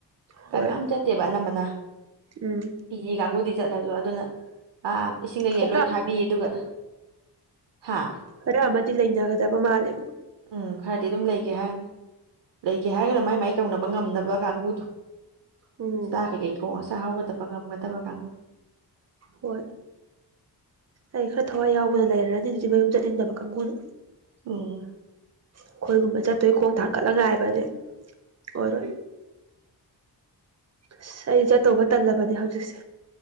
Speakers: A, on the right; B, on the right.
A: ꯍꯣꯏ
B: ꯀꯅꯥꯝ ꯆꯠꯇꯦꯕ ꯑꯅꯝꯕꯅ
A: ꯎꯝ
B: ꯍꯤ ꯀꯥꯡꯕꯨꯨꯗꯤ ꯆꯠꯂꯁꯨ ꯑꯗꯨꯅ ꯑꯥ ꯏꯁꯤꯡꯒꯒ
A: ꯈꯔ
B: ꯂꯣꯏ
A: ꯑꯃꯗꯤ
B: ꯊꯥꯕꯤꯌꯦ ꯑꯗꯨꯒ ꯍꯥꯥ
A: ꯈꯔ ꯑꯃꯗꯤ ꯂꯩꯅꯒꯗꯕ ꯃꯥꯜꯂꯦꯕ
B: ꯎꯝ ꯈꯔꯗꯤ ꯑꯗꯨꯝ ꯂꯩꯒꯦ ꯍꯥꯏ ꯂꯩꯒꯦ ꯍꯥꯏꯔꯒꯅ ꯃꯥꯏ ꯃꯥꯏ ꯇꯧꯅꯕ ꯉꯝꯅꯕ ꯀꯥꯡꯕꯨꯗꯣ
A: ꯎꯝ
B: ꯆ ꯀꯩꯀꯩ ꯊꯣꯡ ꯑꯁ ꯍꯒꯗꯕ ꯉꯝꯒꯗꯕ ꯊꯉꯣ
A: ꯍꯣꯏ ꯑꯩ ꯈꯔ ꯊꯋꯥꯏ ꯌꯥꯎꯕꯅ ꯂꯩꯔꯅꯤ ꯑꯗꯨꯗꯤ ꯃꯌꯨꯝ ꯆꯠꯅꯤꯡꯗꯕ ꯀꯥꯡꯕꯨꯅ
B: ꯑꯣ
A: ꯑꯩꯈꯣꯏꯒꯨꯝꯕ ꯆꯠꯇꯣꯏ ꯈꯣꯡ ꯊꯥꯡꯀꯠꯂ ꯉꯥꯏ ꯍꯥꯏꯕꯁ ꯑꯣꯏꯔ ꯑꯁ ꯑꯩꯗꯤ ꯆꯠꯇꯧꯕ ꯇꯜꯂꯕꯅꯦ ꯍꯧꯖꯤꯛꯁꯦ